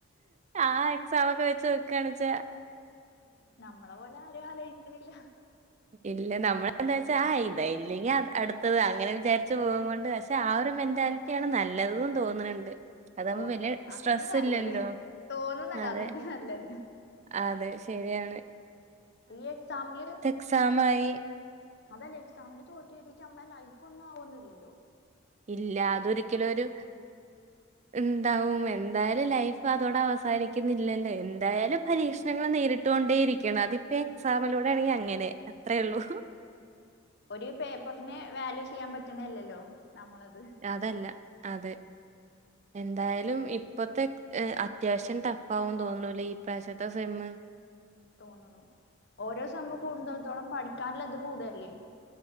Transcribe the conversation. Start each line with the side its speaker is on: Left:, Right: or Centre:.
Right: ആ എക്സമ ഒക്കെ വെച്ച് വക്കണച്ചാ
Left: നമ്മളെ പോലെ ആരും ആലോചിക്കുന്നില്ല
Right: ഇല്ല നമ്മള എന്താ വെച്ചാ ആ ഇതായില്ലെങ്ക അടുത്തത് അങ്ങനെ വിചാരിച്ചു പോക കൊണ്ട് പക്ഷെ ആ ഒരു മെന്റാലിറ്റിയ ആണ് നല്ലത് ന്ന് തോന്നണ് ഉണ്ട് അതാുമ്പ
Left: തോന്ന്ണു
Right: വലിയ
Left: അതന്നെ
Right: സ്ട്രെസ്സ്
Left: നല്ലത്
Right: ഇല്ലല്ലോ
Left: തോന്നുന്നല്ല
Right: അതെ
Left: അതന്നെ നല്ലത്
Right: അതെ ശരിയാണ്
Left: ഈ എക്സാമി
Right: എക്സാമായി
Left: അതല്ലേ എക്സാമില് തോറ്റി എഴുതിയിട്ട് നമ്മളുടെ ലൈഫ് ഒന്നും ആവന്നില്ലല്ലോ
Right: ഇല്ല അതൊരിക്കലും ഒരു ഉണ്ടാവും എ എന്തായാലും ലൈഫ് അതോടെ അവസാനിക്കുന്നില്ലല്ലോ എന്തായാലും പരീക്ഷണങ്ങൾ
Left: ഇല്ല
Right: നേരിട്ട് ഇട്ടൊണ്ടേ ഇരിക്കണം അതിപ്പോ എക്സാമിലൂടെ ആണെങ്കിൽ അങ്ങനെ അത്രേയള്ളൂ
Left: ഒരു പേപ്പറിന വാല്യൂ ചെയ്യാൻ പറ്റണല്ലല്ലോ നമ്മളത്
Right: അതല്ല അതെ എന്തായാലും ഇപ്പത്തെ അത്യാവശ്യം ടഫ് ആകന്ന് തോന്നൂലേ ഈ പ്രാവശ്യത്ത സെമ്മ് <inaudible>
Left: തോന്നുന്നു ഓരോ സമയം കൂടുതോടത്തോളം പഠിക്കാനുള്ള ഇത് കൂടല്ലേ